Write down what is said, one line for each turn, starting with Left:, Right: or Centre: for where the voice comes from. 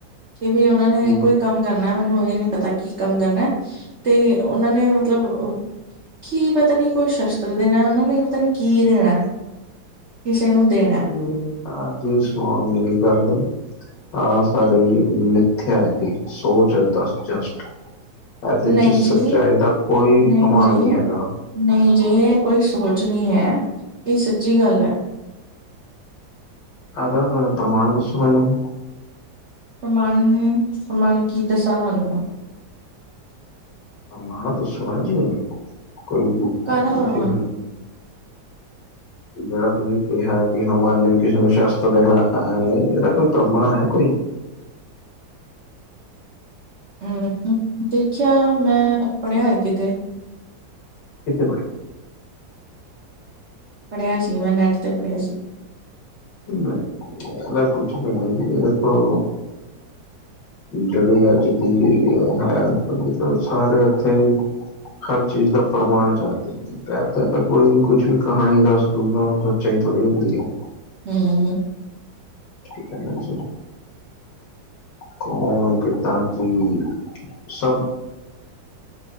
Right: ਕਿ ਵੀ ਉਹਨਾਂ ਨੇ
Left: ਹਮ
Right: ਕੋਈ ਕੰਮ ਕਰਨਾ, ਮੈਨੂੰ ਇਹ ਨੀ ਪਤਾ, ਕੀ ਕੰਮ ਕਰਨਾ, ਤੇ ਉਹਨਾਂ ਨੇ ਮਤਲਬ ਕੀ ਪਤਾ ਨੀ ਕੋਈ ਸ਼ਸਤਰ ਦੇਣਾ, ਉਹਨਾਂ ਨੇ ਪਤਾ ਨੀ ਕੀ ਦੇਣਾ, ਕਿਸੇ ਨੂੰ ਦੇ।
Left: ਹਮ ਤਾਂ ਜੋ ਸੁਣੋ ਮੇਰੀ ਗੱਲ ਹਾਂ ਸਾਰੇ ਮਿਥਿਆ ਹੀ, ਸੋਚ ਜਸਟ ਜਸਟ। ਐਹਦੇ 'ਚ
Right: ਨਹੀਂ
Left: ਸੱਚਾਈ
Right: ਜੀ
Left: ਦਾ ਕੋਈ
Right: ਨਹੀਂ
Left: ਘਮਾਣ
Right: ਜੀ
Left: ਨੀ ਹੈਗਾ।
Right: ਨਹੀਂ ਜੀ ਇਹ ਕੋਈ ਸੋਚ ਨਹੀਂ ਹੈ, ਇਹ ਸੱਚੀ ਗੱਲ ਐ।
Left: ਐਦਾ ਫਿਰ ਪ੍ਰਮਾਣ ਦੱਸੋ ਮੈਨੂੰ?
Right: ਪ੍ਰਮਾਣ, ਪ੍ਰਮਾਣ ਕੀ ਦੱਸਾਂ ਤੁਹਾਨੂੰ ਮੈਂ?
Left: ਪ੍ਰਮਾਣ ਦੱਸੋ ਮੈਮ ਜੀ ਹੋਰ, ਕੋਈ
Right: ਕਾਹਦਾ
Left: ਕਿਸੇ
Right: ਪ੍ਰਮਾਣ?
Left: ਜੇੜਾ ਤੁਸੀਂ ਕਿਹਾ ਕਿ ਹਨੂੰਮਾਨ ਜੀ ਨੂੰ ਕਿਸੇ ਨੂੰ ਸ਼ਸਤ੍ਰ ਦੇਣਾ ਹੈ ਇਹਦਾ ਕੋਈ ਪ੍ਰਮਾਣ ਹੈ ਕੋਈ?
Right: ਹਮ, ਦੇਖਿਆ ਮੈਂ ਪੜਿਆ ਕਿਤੇ।
Left: ਕਿੱਥੇ ਪੜਿਆ?
Right: ਪੜ੍ਹੇਆ ਸੀ ਮੈਂ, ਨੈਟ ਤੇ ਪੜ੍ਹੇਆ ਸੀ।
Left: ਨਈ ਏਦਾਂ ਦਾ ਕੁੱਛ ਨੀ ਐ ਦੇਖੋ ਜੇੜੀ ਅੱਜ ਦੀ ਐ, ਸਾਰੇ ਏਥੇ ਹਰ ਚੀਜ਼ ਦਾ ਪ੍ਰਮਾਣ ਕਰਦੇ ਤਾਂ ਕੋਈ ਵੀ ਕੁਛ ਵੀ ਕਹਾਣੀ ਦੱਸ ਦੂਗਾ, ਓ ਸੱਚਾਈ ਥੋੜ੍ਹੀ ਹੁੰਦੀ ਐ।
Right: ਹੂੰ।
Left: ਠੀਕ ਨਾ ਜੀ। ਕੋਣ, ਕਿੱਦਾ, ਕੀ ਸਬ